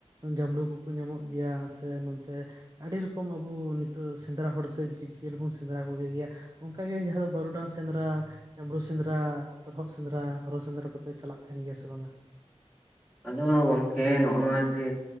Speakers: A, on the right; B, in the centre.
A: ᱡᱟᱢᱲᱩ ᱠᱚᱠᱚ ᱧᱟᱢᱚᱜ ᱜᱮᱭᱟ ᱥᱮ ᱱᱚᱛᱮ ᱟᱹᱰᱤ ᱨᱚᱠᱚᱢ ᱟᱵᱚ ᱱᱤᱛᱚᱜ ᱥᱮᱸᱫᱽᱨᱟ ᱦᱚᱲ ᱥᱮ ᱡᱤᱵᱽᱡᱤᱭᱟᱹᱞᱤ ᱵᱚᱱ ᱥᱮᱸᱫᱽᱨᱟ ᱠᱚᱜᱮ ᱜᱮᱭᱟ᱾ ᱚᱱᱠᱟᱜᱮ ᱡᱟᱦᱟᱸ ᱫᱚ ᱵᱟᱹᱨᱩᱰᱟᱝ ᱥᱮᱸᱫᱽᱨᱟ, ᱡᱟᱢᱲᱩ ᱥᱮᱸᱫᱽᱨᱟ, ᱛᱚᱨᱦᱚᱫ ᱥᱮᱸᱫᱽᱨᱟ, ᱦᱚᱨᱚ ᱥᱮᱸᱫᱽᱨᱟ ᱫᱚᱯᱮ ᱪᱟᱞᱟᱜ ᱛᱟᱦᱮᱸᱱ ᱜᱮᱭᱟ ᱥᱮ ᱵᱟᱝᱟ?
B: ᱟᱫᱚ ᱜᱚᱝᱠᱮ ᱱᱚᱜᱼᱚ ᱱᱚᱣᱟ ᱡᱮ